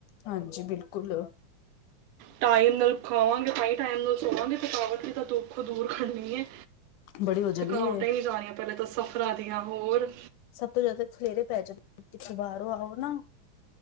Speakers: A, on the left; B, on the right.
A: ਹਾਂਜੀ, ਬਿਲਕੁਲ। <inaudible>
B: ਟਾਈਮ ਨਾਲ ਖਾਵਾਂਗੇ ਤਾਈ ਟਾਈਮ ਨਾਲ ਸੋਵਾਂਗੇ ਥਕਾਵਟ ਵੀ ਤਾਂ ਦੁੱਖੋ ਦੂਰ ਕਰਨੀ ਏ।
A: ਬੜੀ ਹੋ ਜਾਂਦੀ
B: ਥਕਾਵਟਾ
A: ਹੈ
B: ਹੀ ਨੀ ਜਾ ਰਹੀਆਂ ਪਹਿਲਾ ਤਾਂ ਸਫ਼ਰਾਂ ਦੀਆਂ ਹੋਰ।
A: ਸਭ ਤੋਂ ਜਿਆਦਾ ਖਲੇਰੇ ਪੈ ਜਾਦੇ ਕਿਥੋ ਬਾਹਰੋਂ ਆਓ ਨਾ।